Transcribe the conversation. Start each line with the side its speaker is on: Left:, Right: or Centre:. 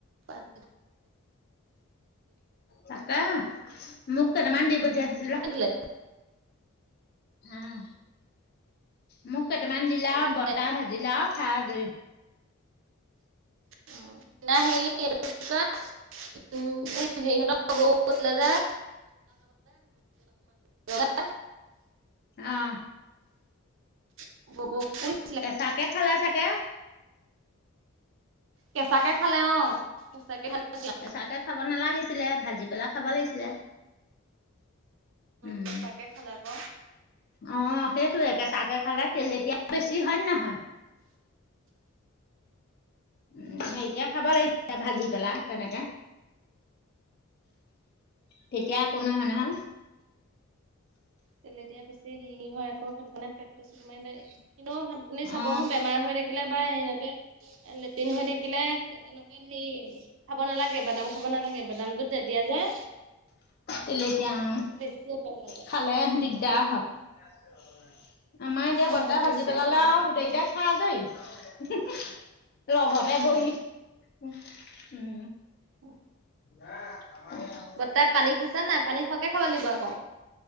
Right: পাত
Left: তাকে মোক কেইটামান দি পঠিয়াইছিলে
Right: <unintelligible>
Left: উম। মোক কেইটামান দিলা,
Right: তাৰপিছত
Left: বৰ্তা ভাজিলা, আৰু খাই আজৰি।
Right: অ' নাই হেৰি এইটো কি বুলি কই উম, হেৰিহঁতক কৈছিলে যে <unintelligible>
Left: অ'।
Right: <unintelligible>
Left: কেচাকে খালে ছাগে।
Right: কেঁচাকে খালে অঁ'। কেঁচাকে খাই আছিলে।
Left: কেঁচাকে খাব নালাগিছিলে, ভাজি পেলাই খাব লাগিছিলে। উম।
Right: কেঁচাকে খালে আকৌ
Left: অ' সেইটোয়ে, কেচাকে খালে তেলেটিয়া বেছি হয় নে নহয়? উ, হেৰিকে খাব লাগিছিলে, ভাজি পেলাই তেনেকে। তেতিয়া একো নহয়, নহয়।
Right: তেলেতীয়া বেছি হেৰি হয় আকৌ, সেইটোকাৰণে পেটটো চুমাৰ আপুনি চাবহোন
Left: অ
Right: বেমাৰ হৈ থাকিলে বা এনেকৈ লেট্ৰিন হৈ থাকিলে তেনেক হেৰি খাব নালাগে, বাদাম খাব নালাগে। বাদামটো তেতিয়া যে।
Left: তেলেতীয়া উম,
Right: বেছি অপকাৰ কৰে।
Left: খালে দিগদাৰ হয়। আমাৰ এতিয়া
Right: অ',
Left: বৰ্তা ভাজি
Right: বেছি
Left: পেলালে
Right: অপকাৰ
Left: আৰু
Right: কৰে।
Left: গোটেইকেইটাক খাই আজৰি, লগতে
Right: অ',
Left: বহি। উ
Right: অ'।
Left: <unintelligible>
Right: আগতে পানী খাইছো নাই। পানী সৰকে খাব লাগিব আকৌ।